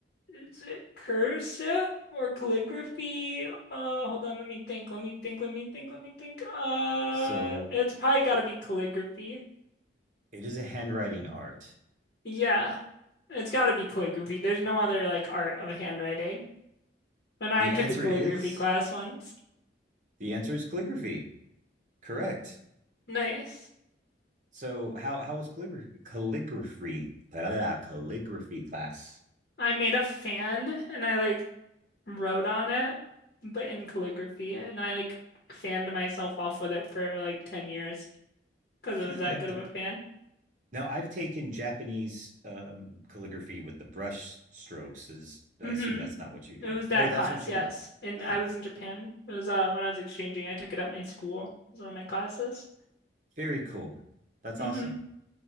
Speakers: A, on the left; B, on the right.
A: Is it cursive or calligraphy? Uh, hold on, let me think, let me think, let me think, let me think. Uh,
B: So
A: it's probably gotta
B: it,
A: be calligraphy.
B: it is a handwriting art.
A: Yeah, it's gotta be calligraphy. There's no other like art of handwriting. And I
B: The
A: took
B: answer
A: a calligraphy
B: is
A: class once.
B: the answer is calligraphy. Correct.
A: Nice.
B: So how how was calligraphy calligraphy blah, blah, blah, calligraphy class?
A: I made a fan and I like wrote on it, but in calligraphy, and I like fanned myself off with it for like 10 years because
B: <laughs>
A: it was that good
B: Do-
A: of a fan.
B: Now, I've taken Japanese um, calligraphy with the brush strokes. Is I
A: hmm
B: assume that's not what you did.
A: It was that
B: Oh, that's
A: class,
B: what you
A: yes.
B: did.
A: And
B: Oh,
A: I was in Japan. It was uh when I was exchanging. I took it at my school. It was one of my classes.
B: very cool. That's awesome.
A: Mm-hmm.